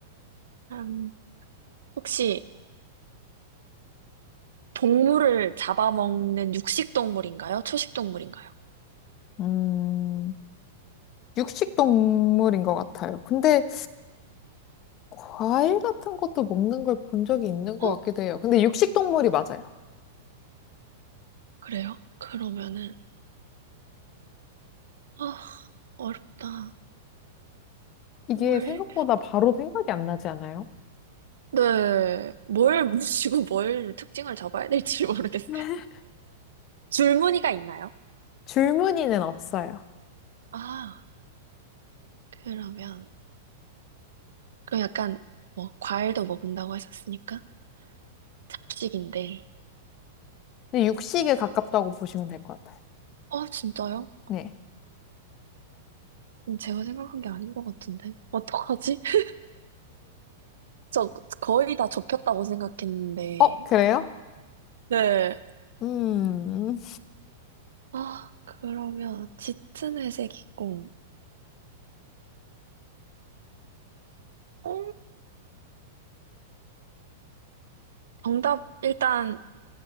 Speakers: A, on the right; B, on the left.
A: 음, 혹시 동물을 잡아먹는 육식 동물인가요? 초식 동물인가요?
B: 음, 육식 동물인 것 같아요. 근데 과일 같은 것도 먹는 걸 본 적이 있는 것
A: 어?
B: 같기도 해요. 근데 육식 동물이 맞아요.
A: 그래요? 그러면은, 아, 어렵다.
B: 이게
A: 뭘,
B: 생각보다 바로 생각이 안 나지 않아요?
A: 네, 뭘 모시고 뭘 특징을 잡아야 될지 <laughs> 모르겠어요.
B: <laughs>
A: 줄무늬가 있나요?
B: 줄무늬는 없어요.
A: 아, 그러면, 그럼 약간, 뭐, 과일도 먹는다고 하셨으니까? 잡식인데.
B: 근데 육식에 가깝다고 보시면 될 것 같아요.
A: 아, 진짜요?
B: 네.
A: 음, 제가 생각한 게 아닌 것 같은데. 어떡하지? <laughs> 저 거의 다 좁혔다고 생각했는데.
B: 어, 그래요?
A: 네.
B: 음,
A: 아, 그러면, 짙은 회색이고. 어, 정답, 일단,